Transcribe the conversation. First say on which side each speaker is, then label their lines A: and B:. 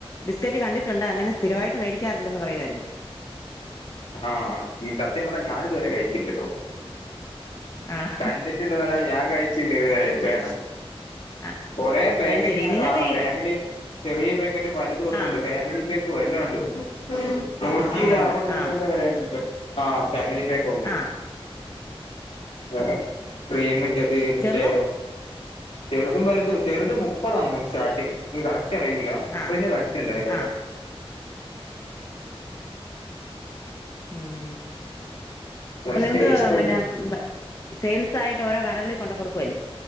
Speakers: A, on the left; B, on the left.
A: ബിസ്ക്കറ്റ് കണ്ടിട്ടുണ്ട് അങ്ങനെ സ്ഥിരമായിട്ട് മേടിക്കാറില്ലെന്ന് പറയുവായിരുന്നു
B: ആഹ് ഈ സത്യം പറഞ്ഞാ ഞാനിതുവരെ കഴിച്ചില്ലട്ടോ
A: ഉം ആഹ്
B: കണ്ടിട്ടുണ്ട് നെല്ലാതെ ഞാൻ കഴിച്ചില്ല ഇതുവരെ ആയിട്ട്
A: ആഹ്
B: കുറേ പേക്കറ്റ്
A: അത് ശരി
B: ഇങ്ങനെ
A: നിങ്ങൾക്ക്
B: കാണാം
A: ഈ
B: ഫാമിലി ചെറിയ പേക്കറ്റും വലുതും ഒക്കെ
A: ആഹ്
B: ഉണ്ട് ഫാമിലി പേ ഓഹ് എല്ലാം ഉണ്ട് നൂറ്റി
A: ഉണ്ടുണ്ട്
B: അറുപതു രൂപ
A: ആഹ്
B: ണ്ട് ആഹ് ഫാമിലി പേക്ക് ഒക്കെ...
A: ആഹ്
B: ആഹ് ക്രീമിൻറ്റത് മറ്റേ
A: ചെറുതോ
B: ചെറുതും വലതും ചെറുത് മുപ്പതാണോ സ്റ്റാർട്ടിങ് ഇൻക്ക് കറക് റ്റ് അറിയൂല്ല മുപ്പയിന്റെ
A: ആഹ്
B: കണ്ടിട്ടുണ്ട് അതിന്റെകത്ത്
A: ആഹ് ഏഹ് അപ്പൊ നിങ്ങക്ക്
B: സ്റ്റേജ്
A: പിന്നെ സെയിൽസ് ആയിട്ട് ഓരോ കടകളിൽ കൊണ്ടോ കൊടുക്കും.